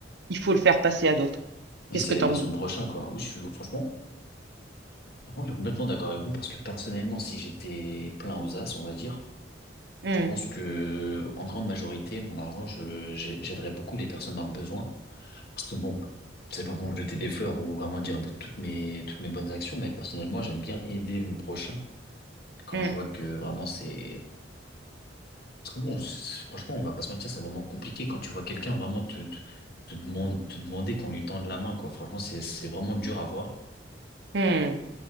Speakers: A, on the right; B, on the left.
A: il faut le faire passer à d'autres.
B: Ouais,
A: Qu'est-ce
B: C'est
A: que t'en
B: de son
A: dis?
B: prochain, quoi. Oui, je suis, franchement, franchement, je suis complètement d'accord avec vous parce que personnellement, si j'étais plein aux as, on va dire,
A: Hmm,
B: je pense que, en grande majorité, mon argent, je, j'ai- j'aiderais beaucoup les personnes dans le besoin. Parce que bon, c'est pas bon de jeter des fleurs ou vraiment dire de toutes mes, toutes mes bonnes actions, mais personnellement, j'aime bien aider mon prochain quand
A: hmm,
B: je vois que vraiment c'est, parce que bon, c'est- franchement, on va pas se mentir, c'est vraiment compliqué quand tu vois quelqu'un vraiment te, te, te demande, te demander qu'on lui tende la main, quoi. Franchement, c'est, c'est vraiment dur à voir.
A: hmm.